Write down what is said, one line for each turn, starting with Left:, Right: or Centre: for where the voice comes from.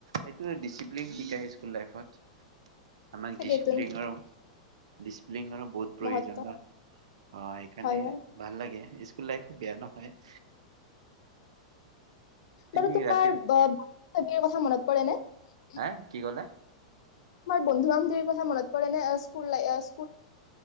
Right: সেটো ডিচিপ্লিন শিকাই স্কুল লাইফত। আমাক
Left: তাকেইতো
Right: ডিচিপ্লিনৰ ডিচিপ্লিনৰ বহুত প্ৰয়োজন
Left: মহত্ব
Right: ন? অ সেইকাৰণে
Left: হয় হয়
Right: ভাল লাগে স্কুল লাইফ বেয়া নহয়। তুমি
Left: বাৰু তোমাৰ
Right: ৰাতি
Left: বা- বিৰ কথা মনত পৰে ন? <unintelligible>
Right: হে কি ক'লে?
Left: বন্ধু বান্ধৱীৰ কথা মনত পৰে? স্কুল লাই এ-